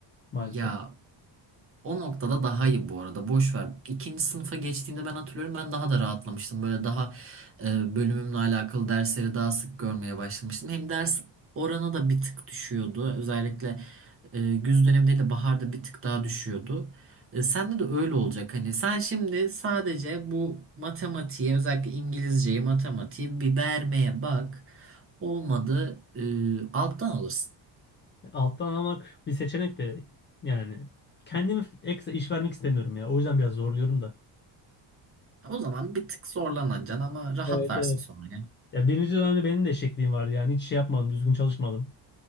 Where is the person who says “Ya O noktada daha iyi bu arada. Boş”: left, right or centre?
Right